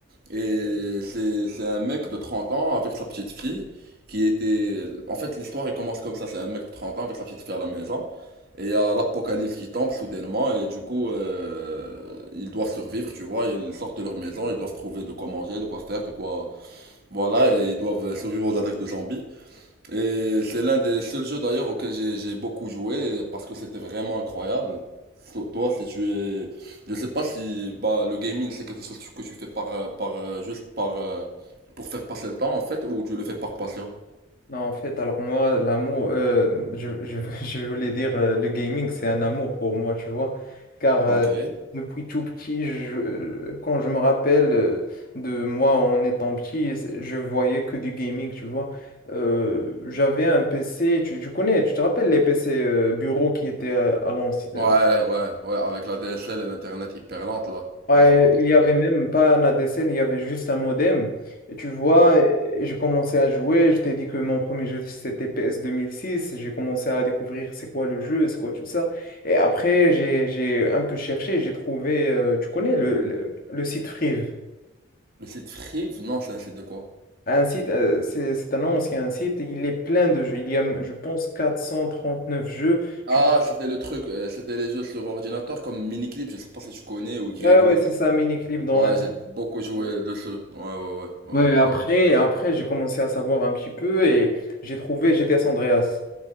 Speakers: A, on the right (about 50°); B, on the left (about 45°).
A: Et c'est, c'est un mec de 30 ans avec sa petite fille qui était, en fait, l'histoire, elle commence comme ça. C'est un mec de 30 ans avec sa petite fille à la maison. Et il y a l'apocalypse qui tombe soudainement et du coup euh, ils doivent survivre, tu vois, ils sortent de leur maison, ils doivent trouver de quoi manger, de quoi faire, de quoi voilà, et ils doivent survivre aux attaques de zombies. Et c'est l'un des seuls jeux d'ailleurs auquel j'ai j'ai beaucoup joué parce que c'était vraiment incroyable. So- Toi, si tu es, je sais pas si bah le gaming c'est quelque chose que tu fais par euh, par euh, juste par euh, pour faire passer le temps en fait ou tu le fais par passion.
B: Non, en fait, alors moi, l'amour, euh, je, je, <laughs> je voulais dire, euh, le gaming, c'est un amour pour moi, tu vois. Car
A: Ok.
B: euh, depuis tout petit, je, euh, quand je me rappelle euh, de moi en étant petit, c'est- je voyais que du gaming, tu vois. Euh, j'avais un PC, tu, tu connais, tu te rappelles les PC euh, bureaux qui étaient à, à l'ancien,
A: Ouais, ouais, ouais, avec la DSL et l'internet hyper lente là.
B: Ouais,
A: Ouais, je me rappelle
B: il
A: très
B: y avait
A: bien.
B: même pas un ADSL, il y avait juste un modem. Et tu vois,
A: Ouais.
B: et je commençais à jouer, je t'ai dit que mon premier jeu c'était PS six j'ai commencé à découvrir c'est quoi le jeu, c'est quoi tout ça. Et après, j'ai, j'ai un peu cherché, j'ai trouvé, euh, tu connais le, le, le site Friv.
A: Le site Free, non, c'est un site de quoi?
B: Un site, euh, c'est c'est un ancien site, il est plein de jeux, il y a, je pense, 439 jeux.
A: Ah,
B: Tu...
A: c'était le truc, euh, c'était les jeux sur ordinateur comme Miniclip, je sais pas si tu connais, ou Greg
B: Ouais, ouais,
A: Ouais,
B: c'est ça, MiniClip dans l'un.
A: j'ai beaucoup joué dessus. Ouais, ouais, ouais,
B: Ouais,
A: ouais, je connais.
B: après, après j'ai commencé à savoir un petit peu et j'ai trouvé GTS Andreas.